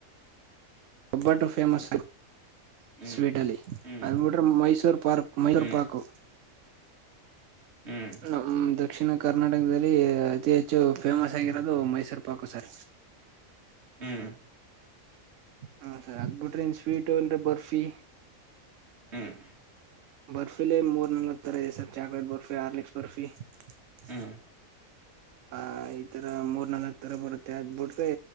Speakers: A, on the right; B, on the right.
A: ಒಬ್ಬಟ್ಟು ಫೇಮಸ್
B: ಹ್ಮ್
A: ಸ್ವೀಟ್ ಅಲ್ಲಿ
B: ಹ್ಮ್
A: ಅದು ಬಿಟ್ರೇ ಮೈಸೂರ್ ಪಾರ್ಕ್ ಮೈಸೂರ್
B: ಹ್ಮ್
A: ಪಾರ್ಕು
B: ಹ್ಮ್
A: ನಂಬದ ದಕ್ಷಿಣ ಕರ್ನಾಟಕದಲ್ಲಿ ಅತಿ ಹೆಚ್ಚು ಫೇಮಸ್ ಆಗಿರೋದು ಮೈಸೂರು ಪಾಕು ಸರ್
B: ಹ್ಮ್
A: ಅದ ಹ್ಮ ಸರಿ ಆಗ್ಬಿಟ್ರಿ ಇನ್ ಸ್ವೀಟ ಅನ್ ಬರ್ಫಿ
B: ಹ್ಮ್
A: ಬರ್ಫಿಲಿ ಮೂರ್ ನಾಲ್ಕ್ ತರ ಇದೆ sir chocolate barfi Horlicks barfi ಚೈ ಚೈ
B: ಹ್ಮ್
A: ಆ ಈ ತರ ಮೂರ್ ನಾಲ್ಕ್ ತರ ಬರುತ್ತೆ ಅದ್ ಬಿಡ್ ತ್ತೇ